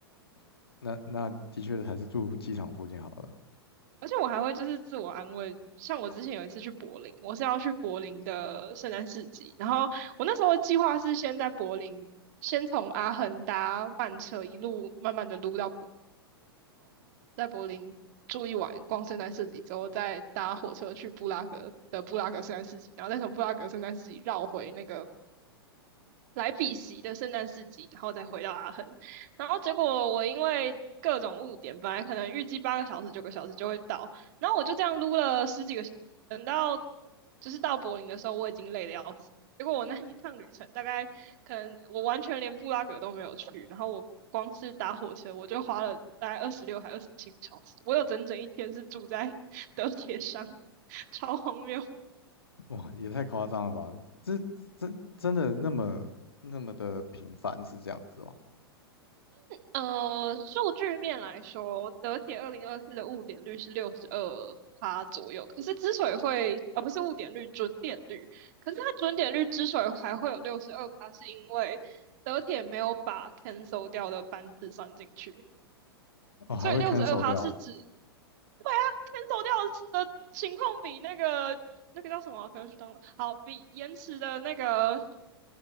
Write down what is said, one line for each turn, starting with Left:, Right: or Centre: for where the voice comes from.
Left: <laughs> 那那的确还是住机场附近好了。
Right: 而且我还会就是自我安慰，像我之前有一次去柏林，我是要去柏林的圣诞市集，然后我那时候的计划是先在柏林，先从阿亨搭慢车一路慢慢的撸到。在柏林住一晚，逛圣诞市集之后，再搭火车去布拉格的布拉格圣诞市集，然后再从布拉格圣诞市集绕回那个来比锡的圣诞市集，然后再回到阿亨。然后结果我因为各种误点，本来可能预计八个小时、九个小时就会到，然后我就这样撸了十几个小时，等到就是到柏林的时候，我已经累得要死。结果我那一趟旅程，大概可能我完全连布拉格都没有去，然后我光是搭火车，我就花了大概二十六还二十七个小时，我有整整一天是住在德铁上，<laughs> 超荒谬。
Left: 哇，也太夸张了吧？这真真的那么那么的频繁是这样子哦？
Right: 呃，数据面来说，德铁二零二四的误点率是六十二趴左右。可是之所以会，呃，不是误点率，准点率。可是它准点率之所以还会有六十二趴，是因为德铁没有把 cancel 掉的班次算进去，
Left: 哦，还会
Right: 所以六十二趴是指，
Left: cancel 掉，
Right: 对啊，cancel 掉的情况比那个那个叫什么啊不要去当好，比延迟的那个。